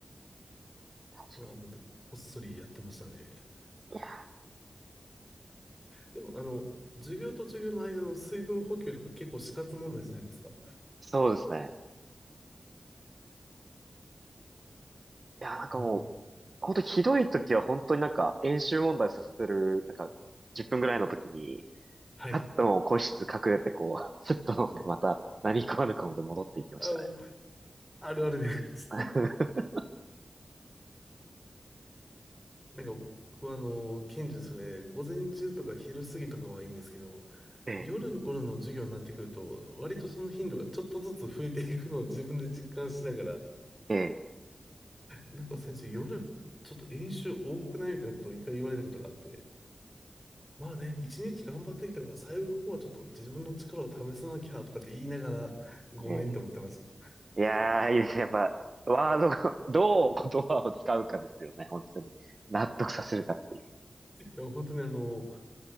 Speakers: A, on the right; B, in the centre.
A: 確か
B: いや、なんて、こっそりやってましたね。
A: に。いや、
B: でも、あの、授業と授業の間の水分補給とか結構死活問題じゃないですか。
A: そうですね。いや、なんかもう、
B: もう、
A: 本当にひどい時は本当になんか演習問題させてる、なんか10分ぐらいの時に、
B: はい。
A: さっともう個室隠れてこう、<laughs> スッと飲んでまた何食わぬ顔で戻っていきましたね。
B: あの、もうあるあるです。
A: <laughs>
B: <laughs> なんか僕はあの、ケンジそれ、午前中とか昼過ぎとかはいいんですけど、
A: ええ、
B: 夜の頃の授業になってくると、割とその頻度がちょっとずつ増えていくのを自分で実感しながら、
A: ええ、
B: なんか先生、夜、ちょっと演習多くないみたいなことを一回言われたことがあって、まあね、一日頑張ってきたから、最後の方はちょっと自分の力を試さなきゃとかって言いながら、ごめんって思ってました。
A: ええ、ええ。
B: い
A: いやー、いいですね。やっぱ、ワードが、<laughs> どう言葉を使うかですよね。本当に。納得させるかっていう。
B: や、本当にあの、